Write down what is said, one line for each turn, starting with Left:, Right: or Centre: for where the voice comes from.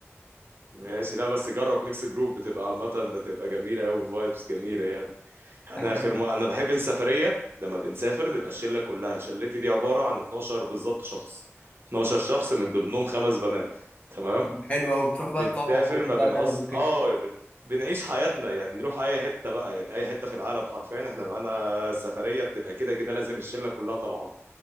Right: ماشي لا بس جرب ميكس جروب بتبقى عامه بتبقى جميله قوي فايبس جميله يعني انا
Left: بس
Right: اخر ما انا بحب السفريه لما بنسافر نبقى الشله كلها شلتي دي عباره عن 12 بالظبط شخص 12 شخص من ضمنهم خمس بنات تمام
Left: طب ده حلو قوي بتروح بقى
Right: بنسافر
Left: تطلعوا مع بعض
Right: ما
Left: بقى
Right: بنعوز
Left: دهب وكده
Right: اه بن... بنعيش حياتنا يعني نروح اي حته بقى يعني اي حته في العالم حرفيا احنا معانا السفريه بتبقى كده كده لازم الشله كلها طالعه